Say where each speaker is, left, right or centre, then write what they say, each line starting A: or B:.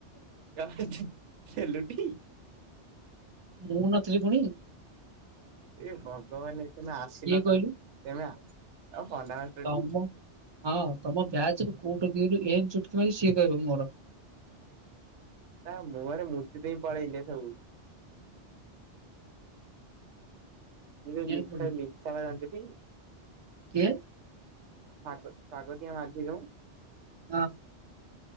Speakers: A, on the right; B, on the right.
A: <unintelligible> ସେଲୁଟି
B: <inaudible> ମୁଁ ନଥିଲି ପୁଣୀ?
A: ଏ ଭଗବାନେ ତମେ ଆସିନତ
B: କହିଲୁ
A: ତେମେ ତମେ ପଣ୍ଡା ମାଷ୍ଟର
B: ତମ
A: ଟି?
B: ହଁ ତମ ବ୍ୟାଚରୁ କୋଉ ଟୋକି କଇଲୁ? ଏକ ଚୁଟକି ମାରିବି ଶିଏ କଇବ ମୋର।
A: ତା ମୁଁହରେ ମୁତି ଦେଇକି ପଳେଇଲେ ସବୁ। ଏ ଯୋଉ
B: ନେଲ୍
A: ଲିପସା
B: ପଡିବ
A: ଲିପସା ଟା ଜାଣିଚୁ ଟି?
B: କିଏ?
A: ସାଗ ଶାଗତିୟା ମାଝି ଯୋଉ?
B: ହଁ